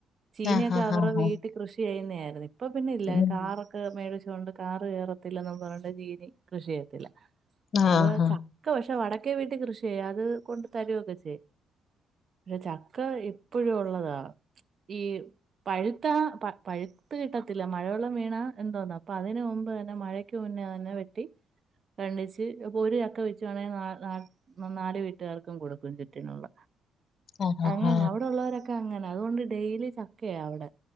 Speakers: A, on the right (about 45°); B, on the left (about 55°).
A: ചീഞയൊക്കെ
B: ആഹാഹാഹാ.
A: കവറോ വീട്ടിൽ കൃഷി ചെയ്യുന്നായിരുന്നു ഇപ്പൊ പിന്നെ ഇല്ല
B: ഉം.
A: കാറൊക്ക്. മേടിച്ചോണ്ട് കാറ് കയറത്തില്ലെന്ന് പറഞ്ഞോണ്ട് ചീനി കൃഷി ചെയ്യത്തില്ല
B: ആഹാ.
A: അതുപോലെ ച. ക്ക് പക്ഷെ വടക്കെ വീട്ടിൽ കൃഷി ചെയ്യാം അത് കൊണ്ട് തരുവൊക്കെ ചെയ്യും. ചക്ക ഇപ്പഴും ഉള്ളതാ ഈ പഴു. ത്ത പ പഴുത്ത് കിട്ടത്തില്ല മഴവെള്ളം വീണാ എന്തോന്ന അപ്പൊ അതിന് മുമ്പ് തന്നെ മഴക്ക് മുന്നേ തന്നെ വെ. ട്ടി കണ്ടിച്ച് അപ്പൊ ഒരു ചക്ക വെച്ച് വേണേല്‍ ന ന. ന നാല് വീട്ടുകാർക്കും കൊടുക്കും ചുറ്റിനുള്ള.
B: ആഹാഹാ.
A: അങ്ങനാ അവിടെ ഉള്ളവരൊക്കെ അങ്ങനെ അതുകൊണ്ട് ഡെയിലി ചക്കയാ അവിടെ.